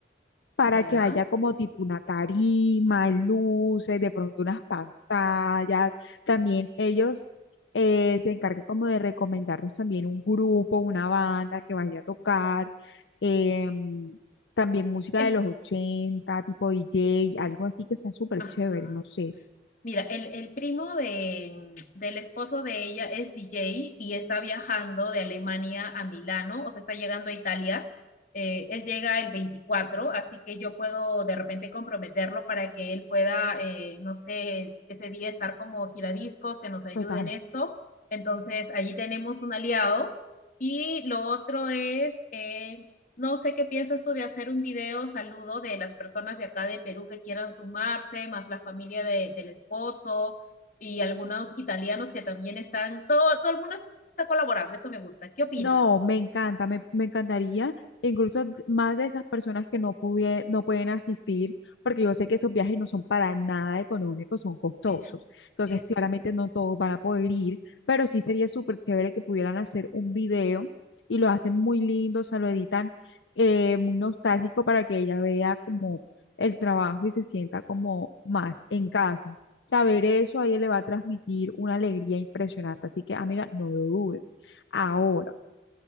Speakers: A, on the left; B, on the left.
A: para
B: Ya.
A: que haya como tipo una tarima, luces, de pronto unas pantallas. También ellos eh, se encargan como de recomendarnos también un grupo, una banda que vaya a tocar. em, también música
B: Es-
A: de los 80 tipo DJ, algo así que sea súper
B: Ajá.
A: chévere, no sé.
B: Mira, el, el primo de, del esposo de ella es DJ y está viajando de Alemania a Milano, o sea, está llegando a Italia. Eh, él llega el 24, así que yo puedo de repente comprometerlo para que él pueda, eh, no sé, ese día estar como giradiscos, que nos ayude
A: Total.
B: en esto. Entonces, allí tenemos un aliado. Y lo otro es, eh, no sé qué piensas tú de hacer un video saludo de las personas de acá de Perú que quieran sumarse, más la familia de- del esposo y algunos italianos que también están, todo, todo el mundo está colaborando, esto me gusta. ¿Qué opinas?
A: No, me encanta, me, me encantaría, incluso más de esas personas que no pudie- no pueden asistir, porque yo sé que esos viajes no son para nada económicos, son costosos.
B: Eh,
A: Entonces,
B: eso.
A: claramente no todos van a poder ir, pero sí sería súper chévere que pudieran hacer un video y lo hacen muy lindo, o sea, lo editan eh, muy nostálgico para que ella vea como el trabajo y se sienta como más en casa. Saber eso a ella le va a transmitir una alegría impresionante, así que amiga, no lo dudes. Ahora